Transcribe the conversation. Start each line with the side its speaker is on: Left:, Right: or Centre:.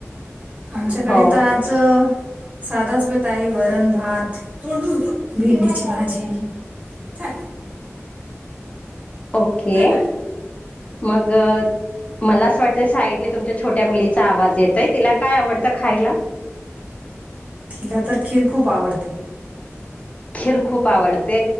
Right: आमच्याकडे
Left: हो
Right: तर आज च साधाच बेत आहे. वरण, भात, भेंडीची भाजी. चल
Left: ओके,
Right: चल ना
Left: मग मला असं वाटतंय साईडने तुमच्या छोट्या मुलीचा आवाज येतोय, तिला काय आवडतं खायला?
Right: तिला तर खीर खूप आवडते.
Left: खीर खूप आवडते,